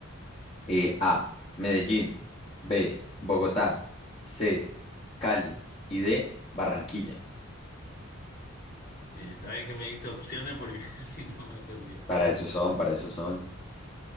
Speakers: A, on the left; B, on the left.
A: Eh, A, Medellín, B, Bogotá, C, Cali y D, Barranquilla.
B: Bien, está bien que me diste opciones porque <laughs> si no me perdía.
A: Para
B: A
A: eso
B: ver.
A: son, para eso son.